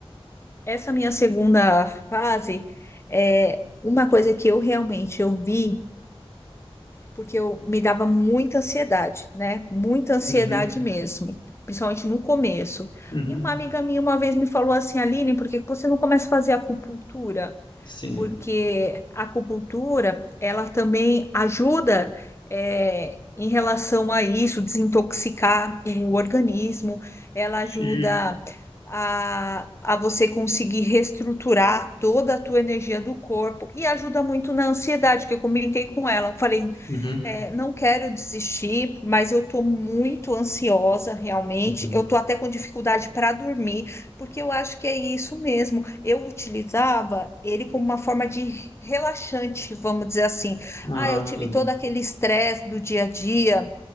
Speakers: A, on the left; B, on the left.
A: Essa minha segunda fase é uma coisa que eu realmente eu vi, porque eu me dava muita ansiedade, né? Muita ansiedade
B: Uhum,
A: mesmo, principalmente no começo.
B: uhum,
A: E uma amiga minha uma vez me falou assim, Aline, por que que você não começa a fazer acupuntura?
B: sim.
A: porque a acupuntura, ela também ajuda é, em relação a isso, desintoxicar o organismo, ela ajuda
B: Sim.
A: a, a você conseguir reestruturar toda a tua energia do corpo e ajuda muito na ansiedade, que eu comentei com ela. Falei,
B: Uhum,
A: é, não quero desistir, mas eu estou muito ansiosa realmente.
B: uhum.
A: Eu estou até com dificuldade para dormir. Porque eu acho que é isso mesmo. Eu utilizava ele como uma forma de relaxante, vamos dizer assim.
B: Ah,
A: Ah, eu tive
B: sim.
A: todo aquele estresse do dia a dia.